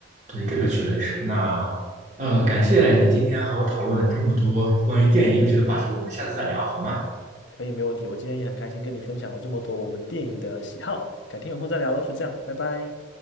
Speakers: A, on the right; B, on the left.
A: 对对，这个确实是。那呃，感谢你今天和我讨论了这么多关于电影有趣的话题，我们下次再聊好吗？
B: 可以，没问题。我今天也很开心跟你分享了这么多我们电影的喜好，改天有空再聊喽，就这样，拜拜。